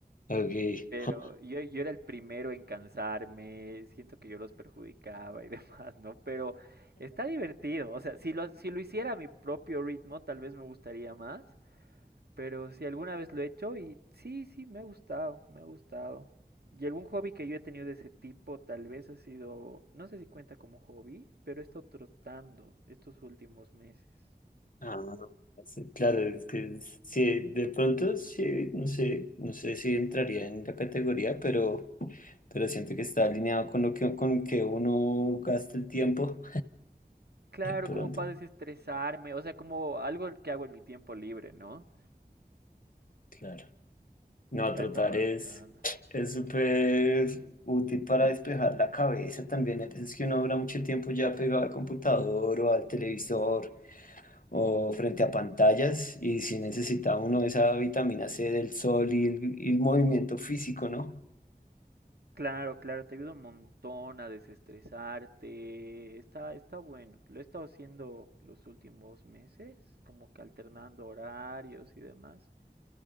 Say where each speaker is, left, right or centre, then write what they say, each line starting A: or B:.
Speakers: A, on the left; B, on the right.
A: Ok.
B: Pero
A: <laughs>
B: yo, yo era el primero en cansarme, siento que yo los perjudicaba y <laughs> demás, ¿no? Pero está divertido, o sea, si lo, si lo hiciera a mi propio ritmo, tal vez me gustaría más, pero si alguna vez lo he hecho y sí, sí, me ha gustado, me ha gustado. Y algún hobby que yo he tenido de ese tipo, tal vez ha sido, no sé si cuenta como hobby, pero he estado trotando estos últimos meses.
A: Ah, sí, claro, es que es- sí, de pronto sí, no sé, no sé si entraría en la categoría, pero, pero siento que está alineado con lo que, con que uno gasta el tiempo.
B: Claro,
A: De pronto,
B: como para desestresarme, o sea, como algo que hago en mi tiempo libre, ¿no?
A: claro. No,
B: Ya
A: trotar
B: estaba aprovechando.
A: es es súper útil para despejar la cabeza también. Hay veces que uno dura mucho tiempo ya pegado al computador o al televisor o frente a pantallas y si necesita uno esa vitamina C del sol y el, y el movimiento físico, ¿no?
B: Claro, claro, te ayuda un montón a desestresarte. Está, está bueno. Lo he estado haciendo los últimos meses, como que alternando horarios y demás.